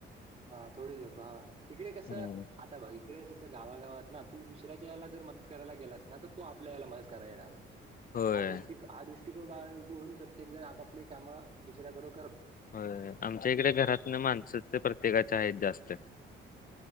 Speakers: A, on the right; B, on the left.
A: हा थोडी लोक हा इकडे कसं
B: हम्म
A: आता बघ इकडे कस गावागावात ना तू दुसऱ्याच्या याला जर मदत कराय गेलास ना तर तो आपल्या याला मदत करायला येणार आहे.
B: होय
A: हा दृष्टी हा दृष्टकोन बाळगून प्रत्येक जण आपापली कामं दुसऱ्या बरो
B: होय अना. च्या इकडे घरात न माणस प्रत्येकाचे आहेत जास्त.